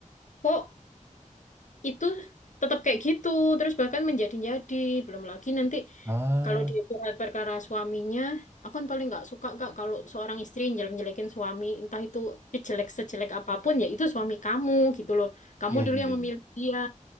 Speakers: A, on the left (about 70°); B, on the right (about 20°).
A: kok itu tetap kayak gitu terus bahkan menjadi-jadi belum lagi nanti
B: Oh,
A: kalau di surat perkara suaminya aku kan paling nggak suka kak kalau seorang istri jelek-jelekin suami entah itu jelek sejelek apapun ya itu suami kamu gitu loh kamu
B: iya,
A: dulu
B: iya,
A: yang
B: iya.
A: memilih dia